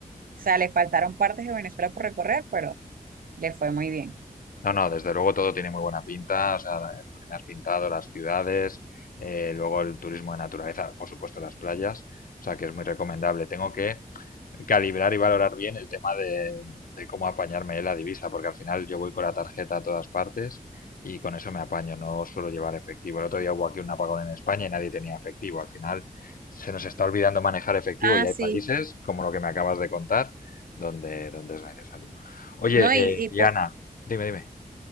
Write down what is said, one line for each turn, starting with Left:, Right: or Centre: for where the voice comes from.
Right: sea, le faltaron partes de Venezuela por recorrer, pero le fue muy bien.
Left: No, no, desde luego todo tiene muy buena pinta, o sea, lo que me has pintado, las ciudades, eh, luego el turismo de naturaleza, por supuesto las playas, o sea que es muy recomendable. Tengo que calibrar y valorar bien el tema de, de cómo apañarme la divisa, porque al final yo voy con la tarjeta a todas partes y con eso me apaño, no suelo llevar efectivo. El otro día hubo aquí un apagón en España y nadie tenía efectivo. Al final se nos está olvidando manejar efectivo
Right: Ah,
Left: y hay
Right: sí.
Left: países, como lo que me acabas de contar, donde, donde es necesario. Oye,
Right: No, y, y
Left: eh, Diana,
Right: po-
Left: dime, dime.